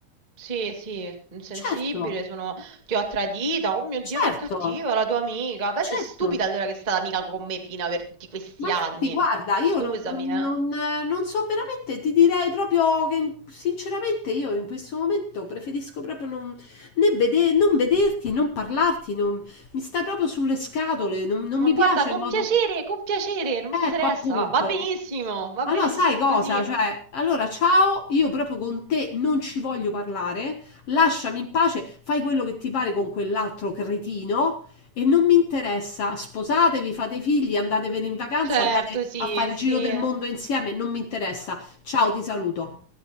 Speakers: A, on the right; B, on the left.
A: Sì, sì, insensibile,
B: Certo,
A: sono... ti ho tradita, oh mio Dio,
B: certo,
A: che cattiva la tua amica. Beh,
B: certo.
A: sei stupida allora che è stata amica con me fino a per tutti questi
B: Ma infatti,
A: anni.
B: guarda, io
A: Scusami,
B: non, non-
A: eh.
B: non, eh, non so veramente, ti direi proprio che in- sinceramente io in questo momento preferisco proprio non, né vede- non vederti, non parlarti, non- mi stai proprio sulle scatole, non, non
A: Ma
B: mi
A: guarda,
B: piace
A: con
B: il modo...
A: piacere, con piacere, non
B: Ecco,
A: mi interessa.
B: appunto.
A: Va benissimo, va
B: Allora,
A: benissimo
B: sai cosa?
A: così.
B: Cioè, allora, ciao, io proprio con te non ci voglio parlare, lasciami in pace, fai quello che ti pare con quell'altro cretino e non mi interessa. Sposatevi, fate figli, andatevene in vacanza,
A: Certo,
B: andate
A: sì,
B: a fare il
A: sì.
B: giro del mondo insieme, non mi interessa. Ciao, ti saluto.